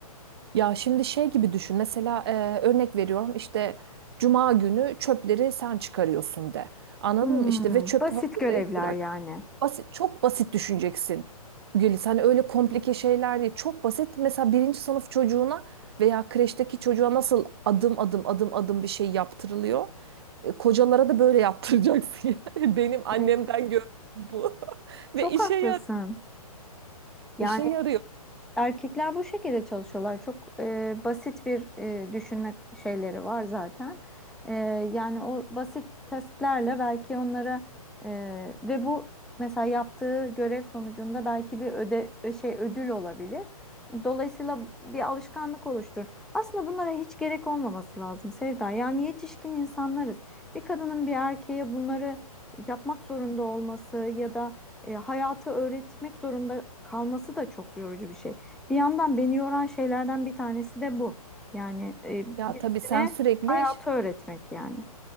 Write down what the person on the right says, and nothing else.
Ya şimdi şey gibi düşün. Mesela e, örnek veriyorum işte cuma günü çöpleri sen çıkarıyorsun de. Anladın
mı? İşte ve çöpü
hazırlayıp
bırak.
Basit, çok basit düşüneceksin. Gülis hani öyle komplike şeyler değil. Çok basit. Mesela birinci sınıf çocuğuna veya kreşteki çocuğa nasıl adım adım adım adım bir şey yaptırılıyor. E, kocalara da böyle yaptıracaksın. <laughs> yani. Benim annemden
gördüğüm bu. <laughs>
Ve işe
yar
işe yarıyor.
Ya
tabii sen sürekli